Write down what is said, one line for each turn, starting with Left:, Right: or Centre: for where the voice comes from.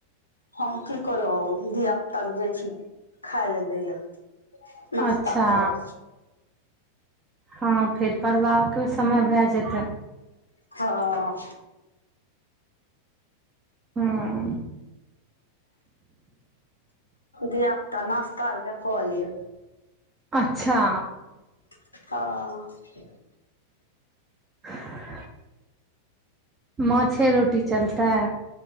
Left: हम की करब धिय पुता के जा छी खाय ले दै लए नाश्ता
Right: अच्छा
Left: करब
Right: हँ फेर पढ़बाके समय भए जेतय
Left: हँ
Right: हम्म
Left: धियापता नस्तऽ ल बैकल य
Right: अच्छा
Left: हं
Right: हं माछे रोटी चलतय